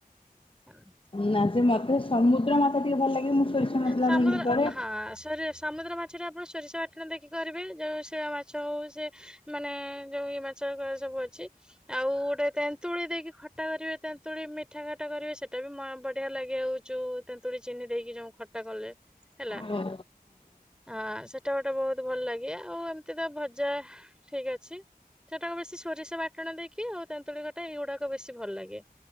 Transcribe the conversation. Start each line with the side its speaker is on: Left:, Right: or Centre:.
Centre: <inaudible>
Left: ନା ସେ ମତେ ସମୁଦ୍ରମାଛ ଟିକେ ଭଲ ଲାଗେ ମୁଁ ସୋରିଷ ମସଲା
Centre: ସମୁଦ୍ର
Left: ଦେଇକି କରେ।
Centre: ହଁ ସରିଆ ସମୁଦ୍ର ମାଛରେ ଆପଣ ସୋରିଷପାଟଣ ଦେଖି କରିବେ ଯେଉଁ ସେ ମାଛ ହେଉ ସେ ମାନେ ଯେଉଁ ଇଏ ମାଛ ସବୁ ଅଛି ଆଉ ଗୋଟେ ତେନ୍ତୁଳି ଦେଇକି ଖଟା କରିବେ ତେନ୍ତୁଳି ମିଠାଖଟା କରିବେ ସେଇଟା ବି ବଢିଆ ଲାଗି ହାଉଛୁ ତେନ୍ତୁଳି ଚିନି ଦେଇକି ଯୋଉ ଖଟା କଲେ ହେଲା।
Left: ହଁ
Centre: ଆଁ ସେଟା ଗୋଟେ ବହୁତ ଭଲ ଲାଗେ ଆଉ ଏମତି ତ ଭଜା ଠିକଅଛି। ସେଟାକୁ ବେଶୀ ସୋରିଷ ବାଟଣ ଦେଇକି ଆଉ ତେନ୍ତୁଳିିକଟା ଏଇଗୁଡାକ ବେଶୀ ଭଲ ଲାଗେ।